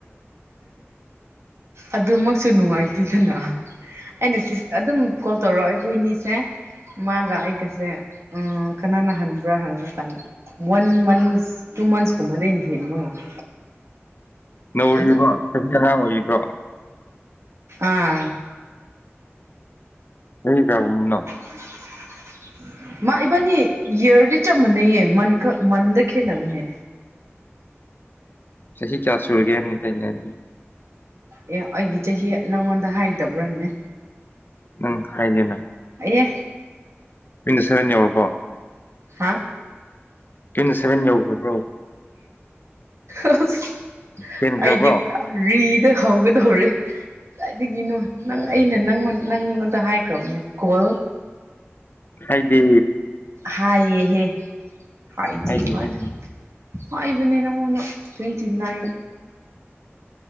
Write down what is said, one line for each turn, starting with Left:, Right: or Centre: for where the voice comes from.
Right: ꯑꯗꯨꯃꯛꯁꯨ ꯅꯨꯡꯉꯥꯏꯇꯦ ꯑꯗꯨꯅ ꯑꯩꯅ ꯑꯗꯨꯝ ꯀꯣꯜ ꯇꯧꯔꯛꯑꯣ ꯑꯩꯈꯣꯏꯅꯤꯁꯦ ꯃꯥꯒ ꯑꯩꯒꯁꯦ ꯀꯅꯥꯅ ꯍꯟꯕ꯭ꯔꯥ ꯍꯪꯕ ꯆꯪꯉꯣ ꯋꯥꯟ ꯃꯟ ꯇꯨ ꯃꯥꯟꯁ ꯀꯨꯝꯕꯗꯤ ꯍꯦꯟꯕ ꯃꯥꯜꯂꯦ
Left: ꯅꯧꯔꯤꯕꯣ
Right: ꯑꯗꯨ
Left: ꯆꯍꯤ ꯇꯔꯥ ꯑꯣꯏꯔꯤꯕ꯭ꯔꯣ
Right: ꯑꯥ
Left: ꯍꯣ <inaudible>
Right: <inaudible>
Left: <unintelligible>
Right: ꯃꯥ ꯏꯕꯥꯅꯤ ꯏꯌꯔꯗꯤ ꯆꯞ ꯃꯥꯟꯅꯩꯌꯦ ꯃꯟ ꯈꯛ ꯃꯟꯗ ꯈꯦꯠꯅꯕꯅꯦ
Left: ꯆꯍꯤ ꯀꯌꯥ ꯁꯨꯔꯒꯦ ꯍꯥꯏꯕꯅꯦ ꯑꯩꯅꯥ ꯍꯥꯏꯗꯤ
Right: ꯑꯦ ꯑꯩꯒꯤ ꯆꯍꯤ ꯅꯪꯉꯣꯟꯗ ꯍꯥꯏꯗꯕ꯭ꯔꯥꯅꯦ
Left: ꯅꯪ ꯍꯥꯏꯗꯦꯅ
Right: ꯑꯦ
Left: ꯃꯤꯅ ꯁꯕꯦꯟ ꯌꯥꯎꯕꯀꯣ
Right: ꯍꯥꯥ
Left: ꯇ꯭ꯋꯦꯟꯇ ꯁꯚꯦꯟ ꯌꯎꯈ꯭ꯔꯕ꯭ꯔꯣ
Right: ꯑꯁ
Left: ꯍꯦꯟꯈ꯭ꯔꯕ꯭ꯔꯣ
Right: ꯑꯩꯗꯤ ꯄꯨꯔꯥ ꯍꯧꯒꯗꯧꯔꯦ ꯀꯗꯥꯏꯗꯒꯤꯅꯣ ꯅꯪ ꯑꯩꯅ ꯅꯪ ꯅꯪ ꯍꯥꯏꯈ꯭ꯔꯕꯅꯦ ꯀꯣꯜ
Left: ꯍꯥꯏꯗꯦ
Right: ꯍꯥꯏ ꯌꯦꯍꯦ ꯍꯥꯏꯗꯦ
Left: ꯍꯥꯏꯗꯤ
Right: ꯀꯥꯏꯅ
Left: ꯍꯥꯏꯗꯤ
Right: ꯍꯥꯏꯕꯅꯦ ꯅꯪꯉꯣꯡꯗ ꯇ꯭ꯋꯦꯟꯇꯤ ꯅꯥꯏꯟ